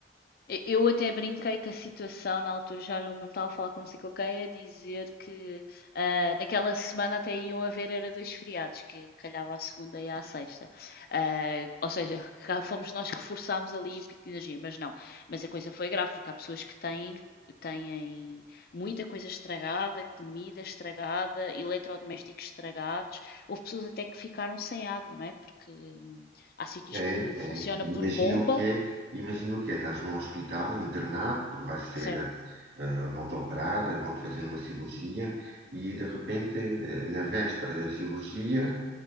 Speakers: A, on the left (about 55°); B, on the right (about 70°).
A: E- Eu até brinquei com a situação na altura, já não me estava a falar consigo, ok, a dizer que ah, naquela semana até iam haver era dois feriados, que calhava à segunda e à sexta. Ah, ou seja, <laughs> cá fomos nós que forçámos ali o pico de energia, mas não. Mas a coisa foi grave, porque há pessoas que têm, têm muita coisa estragada, comida estragada, eletrodomésticos estragados. Houve pessoas até que ficaram sem água, não é? Porque hum, há sítios
B: É,
A: que funciona
B: é. Imagina
A: por bomba.
B: o que é, imagina o que é, estás num hospital internado, porque vais ser,
A: certo
B: ah, vão-te operar, vão-te fazer uma cirurgia e de repente, eh, na véspera da cirurgia,